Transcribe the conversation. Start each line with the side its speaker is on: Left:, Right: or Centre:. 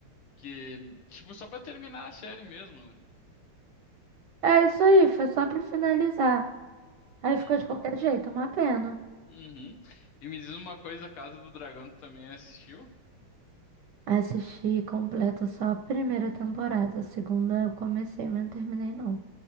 Left: que, tipo, só pra terminar a série mesmo. né?
Right: É isso aí, foi só pra finalizar. Aí
Left: Hum,
Right: ficou de qualquer jeito, uma pena.
Left: Uhum. E me diz uma coisa, a Casa do Dragão tu também assistiu,
Right: Assisti completa só a primeira temporada. A segunda eu comecei, mas não terminei não.